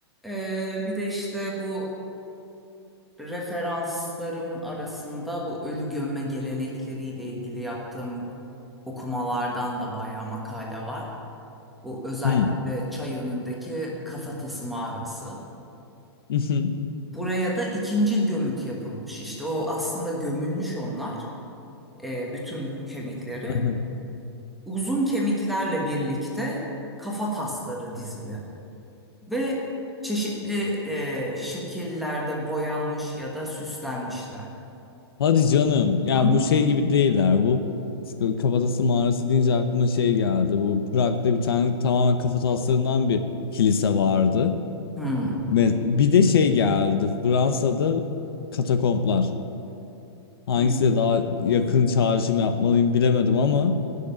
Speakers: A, in the centre; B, on the left (about 60°).
A: Ee, bir de işte bu referanslarım arasında bu ölü gömme gelenekleriyle ilgili yaptığım okumalardan da bayağı makale var. Bu özellikle
B: Hmm.
A: çay önündeki kafatası mağarası.
B: Mhm.
A: Buraya da ikincil gömüt yapılmış. İşte o aslında gömülmüş onlar, e, bütün kemikleri.
B: Aha.
A: Uzun kemiklerle birlikte kafa tasları dizili. Ve çeşitli e, şekillerde boyanmış ya da süslenmişler.
B: Hadi canım. Yani
A: Hı?
B: bu şey gibi değiller bu. Sıkı- Kafatası mağarası deyince aklıma şey geldi. Bu Prag'da bir tane tamamen kafataslarından bir kilise vardı.
A: Hı.
B: Me- Bir de şey geldi. Fransa'da katakomplar. Hangisiyle
A: Hı.
B: daha yakın çağrışım yapmalıyım bilemedim ama